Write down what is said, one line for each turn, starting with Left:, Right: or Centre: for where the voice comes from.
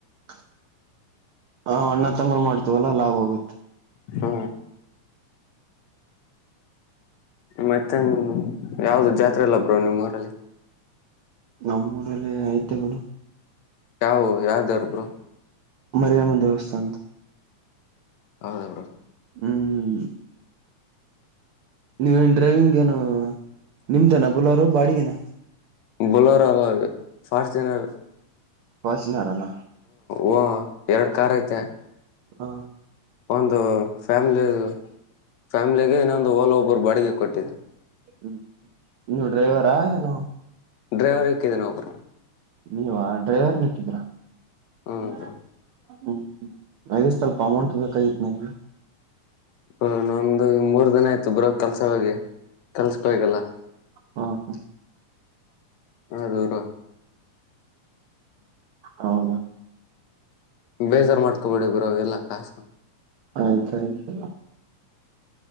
Right: <unintelligible> ಹ ಅಣ್ಣ ತಂಬ್ರು ಮಾಡ್ತವಲ್ಲ ಲಾಭ ಆಗುತ್ತೆ.
Left: ಹ್ಮ ಮತ್ತೆ ಯಾವ್ದ್ ಜಾತ್ರೆ ಇಲ್ಲ ಬ್ರೋ ನಿಮ್ಮೂರಲ್ಲಿ
Right: ನಮ್ ಊರಲ್ಲ ಐತೆ ಬ್ರೋ
Left: ಯಾವವು ಯಾವ್ ದೇವ್ರ್ ಬ್ರೋ
Right: ಮರಿಯಮ್ಮನ್ ದೇವಸ್ಥಾನದು
Left: ಹೌದ ಬ್ರೋ
Right: ಹ್ಮ್ ನೀವ ಏನ್ ಡ್ರೈವಿಂಗ್ ಏನು ನಿಮ್ದೇನಾ ಬುಲರು ಬಾಡಿಗೆೇನ
Left: ಬುಲರ್ ಅಲ್ಲ ಅದು ಫಾರ್ಚುನರ್
Right: ಫಾರ್ಚುನರ ನಾ.
Left: ಓಹ ಎರಡ ಕಾರ್ ಐತೆ.
Right: ಆ.
Left: ಒಂದು ಫ್ಯಾಮ್ಲಿ ಫ್ಯಾಮಿಲಿಗೆ ಇನ್ನೊಂದು ಓಲ ಒಬ್ಬರು ಬಾಡಿಗೆ ಕೊಟ್ಟಿದನಿ.
Right: ಹ್ಮ್ ನೀವು ಡ್ರೈವರಾ ಏನು.
Left: ಡ್ರೈವರರಿಗೆ ಒಬ್ಬರನಾ.
Right: ನೀವಾ ಡ್ರೈವರ್ ಹಾಕ್ಕಿದಿರಾ.
Left: ಹ್ಮ್
Right: ಇವನಾ.
Left: ಬ್ರೋ
Right: ಹ್ಮ ಅದೇ ಸ್ವಲ್ಪ ಅಮೌಂಟ್ ಬೇಕಾಗಿತ್ತು ನಂಗೆ.
Left: ಅ ನೊಂದ ಮೂರ್. ಅದನ ಆಯ್ತು ಬ್ರೊ ಕಲ್ಸ ಹೋಗಿ ಕಲ್ಸಕೊಗಿಲ್ಲಾ.
Right: ಹಾ ಹಾ
Left: ಅದೂರಾ.
Right: ಹೌದಾ
Left: ಬೇಜಾರ್ ಮಾಡ್ಕೊಬೇಡಿ. ಬ್ರೊ ಇಲ್ಲಾ ಕಾಸ.
Right: ಆಯ್ತಯ್ತ